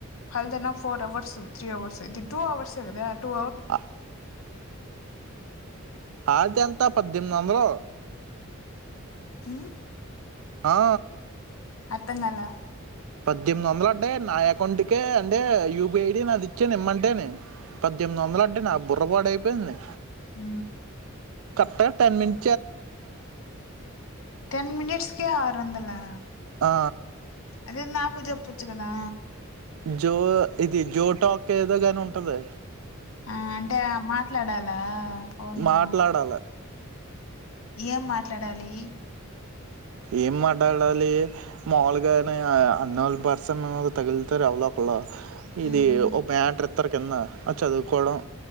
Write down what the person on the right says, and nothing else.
ఆ ఆతే ఎంత పద్దెనిమిది వందలు
ఆ
పద్దెనిమిది వందలు అడ్డాేయ్ నా అకౌంట్కి అంటే యూబి ఐడి నాది ఇచ్చను ఇమ్మంటేనే పద్దెనిమిది వందల అంటే నా బుర్ర పాడై పోయింది
కర్ట్ గా టెన్ మిన్
ఆ,
జో ఇది జో టాక్ ఏదో గాని ఉంటది
మాట్లాడాలి
ఏం మాట్లాడాలి మాములుగానే ఉంకౌన్ పర్సన్ తగులుతారు ఎవళ్ళో ఒకళ్ళు
ఇది ఒ బ్యాటర్ టర్ కింద చదువుకోవడం